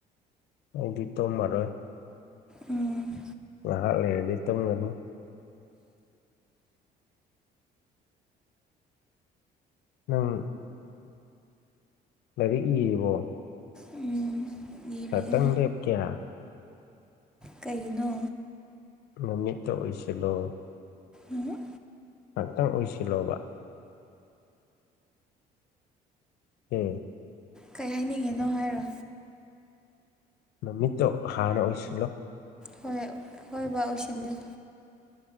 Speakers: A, on the left; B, in the centre.
A: ꯑꯩꯗꯤ ꯇꯨꯝꯃꯔꯣꯏ
B: ꯎꯝ
A: ꯉꯍꯥꯛ ꯂꯩꯔꯗꯤ ꯇꯨꯝꯒꯅꯤ ꯅꯪ ꯂꯥꯏꯔꯤꯛ ꯏꯔꯤꯕꯣ
B: ꯎꯝ ꯂꯤꯔꯤꯌꯦ
A: ꯉꯥꯇꯪ ꯂꯦꯞꯀꯦ
B: ꯀꯩꯅꯣ
A: ꯃꯃꯤꯠꯇꯣ ꯑꯣꯏꯁꯤꯜꯂꯣ
B: ꯎꯝ
A: ꯉꯍꯥꯛꯇꯪ ꯑꯨꯏꯁꯤꯜꯂꯣꯕ ꯎꯝ
B: ꯀꯩ ꯍꯥꯏꯅꯤꯡꯉꯤꯅꯣ ꯍꯥꯏꯔꯣ
A: ꯃꯃꯤꯠꯇꯣ ꯍꯥꯟꯅ ꯑꯣꯏꯁꯤꯂꯣ
B: ꯍꯣꯏ ꯍꯣꯏꯕ ꯑꯨꯏꯁꯜꯂꯦ